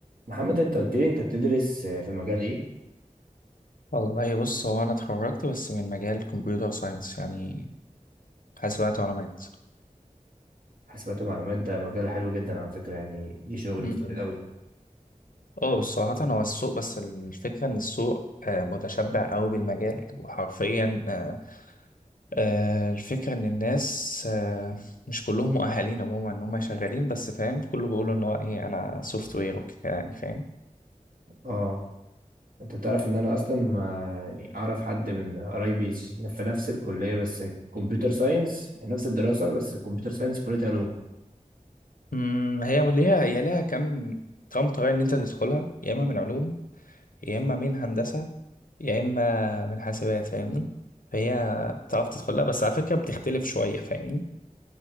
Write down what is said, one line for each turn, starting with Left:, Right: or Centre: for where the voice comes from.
Right: محمد انت قلت لي انت بتدرس في مجال ايه
Left: والله بص هو انا اتخرجت بس من مجال كمبيوتر ساينس يعني حاسبات ومعلومات
Right: حاسبات ومعلومات ده مجال حلو جدا على فكرة يعني دي شغل
Left: م-
Right: كتير
Left: م.
Right: قوي
Left: اه بس صراحة هو السوق بس الفكرة ان السوق آه، متشبع قوي بالمجال وحرفيا آه، آه، الفكرة ان الناس آه، مش كلهم مؤهلين عموما ان هم شغالين بس فاهم كله بيقولوا ان هو ايه انا سوفت وير وكده يعني فاهم
Right: اه انت تعرف ان انا اصلا آه، يعني اعرف حد من قرايبي في نفس الكلية بس كمبيوتر ساينس يعني نفس الدراسة بس كمبيوتر ساينس كلية علوم
Left: م، هي ليها هي ليها كم كم طريقة ان انت تدخلها يا اما من علوم يا اما من هندسة يا اما من حاسبات فاهمني فهي بتعرف تدخلها بس على فكره بتختلف شويه فاهمني